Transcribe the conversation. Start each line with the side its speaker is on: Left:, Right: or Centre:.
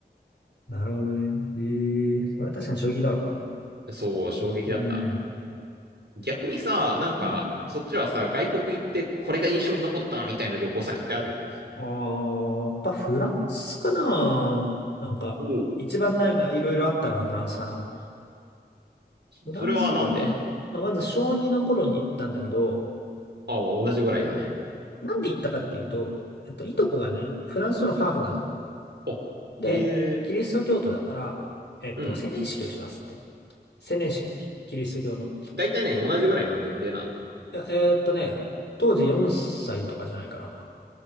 Left: なるほどね。ええそれは確かに衝撃だろうな。
Right: う。そう、衝撃だった。
Left: うん。
Right: 逆にさ、なんか、
Left: うん。
Right: そっちはさ、外国行ってこれが印象に残ったみたいな旅行先ってある
Left: ああ、やっぱフランスかな。なんか、
Right: おお。
Left: 一番なんかいろいろあったのはフランスかな。フランスはね、
Right: それはなんで
Left: まあ、まず小2の頃に行ったんだけど、
Right: ああ、同じぐらいだね。
Left: そう。なんで行ったかっていうと、えっと、いとこがね、フランスのハーフなの。
Right: あ、
Left: で、
Right: へえ。
Left: キリスト教徒だから、えっと、
Right: うん。
Left: 洗礼式をしますって。洗礼式、キリスト教の。
Right: 大体何同じぐらいの年齢なの
Left: いやえーっとね、当時4歳とかじゃないかな。